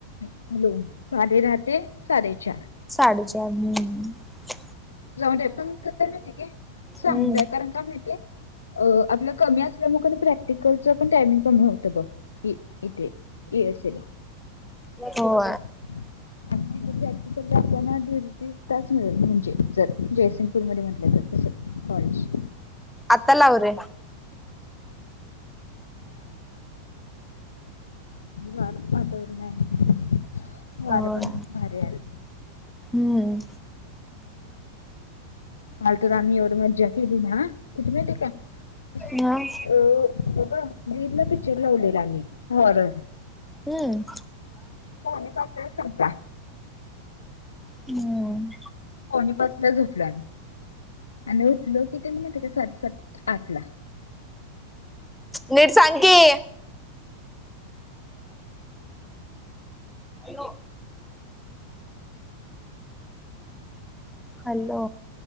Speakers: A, on the left; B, in the centre.
A: हॅलो साडे राात साडेचार
B: साडे चार ह
A: जाऊ द पण कस मा क सांग
B: हम्म
A: व्याकारण का माहिते अ आपल्या कमी असल्यामुळेग प्रॅक्टिकलच पण टायमिंग कमी होतं बघ इथेर्सला
B: हो.
A: िक आपल्यालाधी त तास मिळेल म्हणजे जयसिंगपूर मध्ये म्हटलं जात तस कॉलेज.
B: आतालावरे
A: वार वातावरून आहे वारं
B: होय
A: पण भारी आल
B: हम्म
A: हलतम्ही र मध्ये जा ली ना तुज म ते का अ
B: मग
A: बघ जदला पिक्चर लावलेला आ म् होरर
B: हम्म
A: पावणे पाचला संपला
B: हम्म
A: कोणीपासल्या झोपला आणि आणि उठल की त्यानी म त्या साडेसात आतला
B: नीट सांग की हॅलो हॅलो